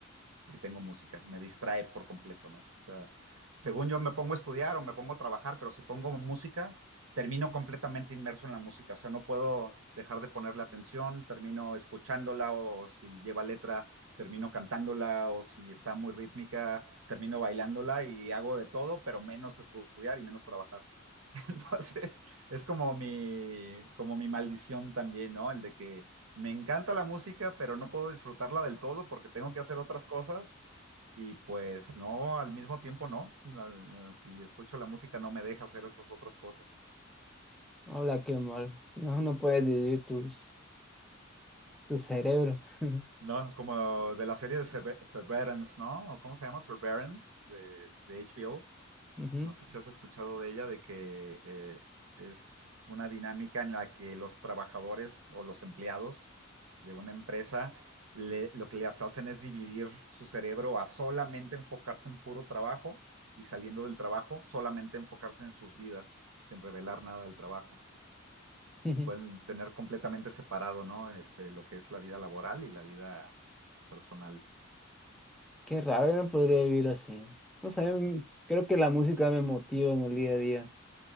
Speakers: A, on the right; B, in the centre.
A: si tengo música. Me distrae por completo, ¿no? O sea, según yo me pongo a estudiar o me pongo a trabajar, pero si pongo música, termino completamente inmerso en la música. O sea, no puedo dejar de ponerle atención, termino escuchándola o si lleva letra, termino cantándola o si está muy rítmica, termino bailándola y hago de todo, pero menos estudiar y menos trabajar. <laughs> Entonces, es como mi, como mi maldición también, ¿no? El de que me encanta la música, pero no puedo disfrutarla del todo porque tengo que hacer otras cosas. Y pues no, al mismo tiempo no. La- la- si escucho la música no me deja hacer esas otras cosas.
B: Hola, qué mal. No, no puedes vivir tus, tu cerebro. <laughs>
A: No, como de la serie de Sever- Severance, ¿no? ¿O ¿Cómo se llama? Severance de, de HBO.
B: Ujú,
A: No sé si has escuchado de ella, de que eh, es una dinámica en la que los trabajadores o los empleados de una empresa le- lo que les hacen es dividir su cerebro a solamente enfocarse en puro trabajo y saliendo del trabajo, solamente enfocarse en sus vidas, sin revelar nada del trabajo.
B: ujú.
A: Y pueden tener completamente separado, ¿no? Este, lo que es la vida laboral y la vida personal.
B: Qué raro, yo no podría vivir así. No sé, m- creo que la música me motiva en el día a día.